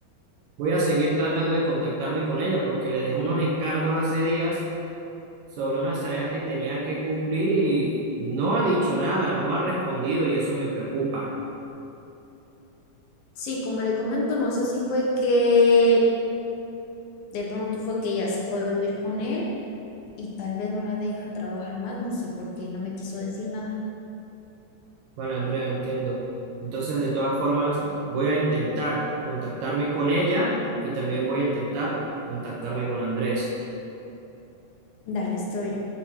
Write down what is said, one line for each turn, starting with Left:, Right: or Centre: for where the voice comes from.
Right: Voy a seguir tratando de contactarme con ella porque le dejé unos encargos hace días sobre unas tareas que tenía que cumplir y no ha dicho nada, no ha respondido y eso me preocupa.
Left: sí, como le comento, no sé si fue que de pronto fue que ella se fue a vivir con él y tal vez no la deja trabajar más, no sé, porque no me quiso decir nada.
Right: Vale, Andrea, entiendo. Entonces, de todas formas, voy a intentar contactarme con ella y también voy a intentar contactarme con Andrés.
Left: Dale, estoy.